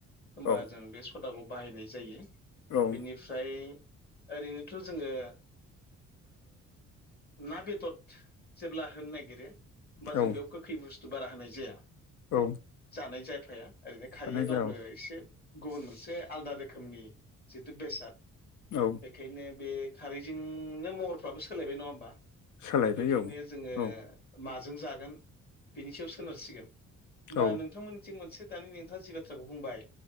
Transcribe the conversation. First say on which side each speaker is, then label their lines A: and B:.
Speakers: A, on the left (about 35°); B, on the left (about 75°).
A: होमबा
B: औ
A: जों बे खुदाखौ बाहायनाय जायो
B: औ
A: बिनि ओमफ्राय ओरैनोथ' जोङो ना बेदर जेब्ला होनो नागिरो होमबा
B: औ
A: जों बेयाव गोखै बुस्थु बारा होनाय जाया।
B: औ।
A: जानाय जायफाया ओरैनो खारैया
B: दाना जा
A: गावनो
B: औ
A: एसे गुबुन मोनसे आलदा रोखोमनि जिथु बेसाद
B: औ।
A: बेखायनो बे खारैजोंनो महरफ्राबो सोलायबाय नंङा होमबा।
B: सोलायबाय
A: दा बेखायनो
B: औ
A: जोंङो
B: औ
A: माजों जागोन बेनि सायाव सोनारसिगोन होमबा
B: औ
A: नोंथांमोन थिं मोनसे दानि नोंथांङा जि बाथ्राखौ बुंबाय